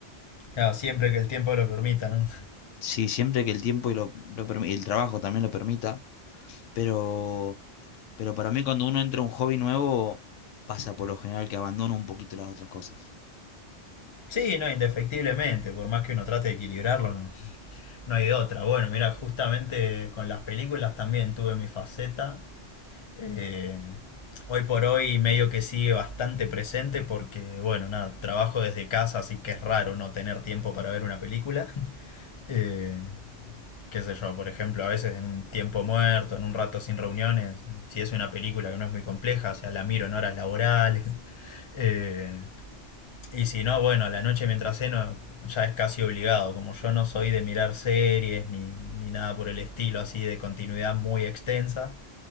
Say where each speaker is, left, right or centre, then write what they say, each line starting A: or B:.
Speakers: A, on the left (about 30°); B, on the left (about 85°).
A: claro, siempre que el tiempo lo permita, ¿no?
B: Sí, siempre que el tiempo y lo, lo permi- y el trabajo también lo permita, pero, pero para mí cuando uno entra a un hobby nuevo, pasa por lo general que abandona un poquito las otras cosas.
A: Sí, no, indefectiblemente, por más que uno trate de equilibrarlo, no, no hay de otra. Bueno, mira, justamente con las películas también tuve mi faceta Eh, hoy por hoy medio que sigue bastante presente porque, bueno, nada, trabajo desde casa, así que es raro no tener tiempo para ver una película. <laughs> Eh, qué sé yo, por ejemplo, a veces en un tiempo muerto, en un rato sin reuniones, si es una película que no es muy compleja, o sea, la miro en horas laborales. <laughs> Eh, y si no, bueno, a la noche mientras ceno ya es casi obligado, como yo no soy de mirar series ni, ni nada por el estilo así de continuidad muy extensa.